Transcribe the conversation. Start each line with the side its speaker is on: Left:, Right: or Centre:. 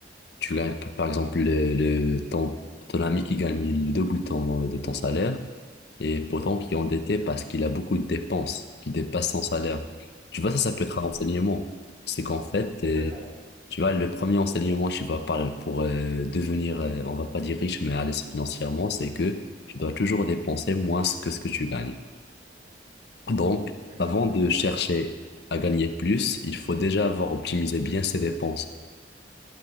Left: Tu gagnes, p- par exemple, le, le- ton, ton ami qui gagne le double de ton, de ton salaire et pourtant qui est endetté parce qu'il a beaucoup de dépenses qui dépassent son salaire. Tu vois, ça, ça peut
Right: Mhm.
Left: être un enseignement. C'est qu'en fait,
Right: Complètement,
Left: euh, tu vois, le premier enseignement, je sais pas, par- pour euh, devenir, euh, on va pas dire riche, mais à l'aise financièrement, c'est que tu dois toujours dépenser moins que ce que tu gagnes. Donc,
Right: exactement.
Left: avant de chercher à gagner plus, il faut déjà avoir optimisé bien ses dépenses.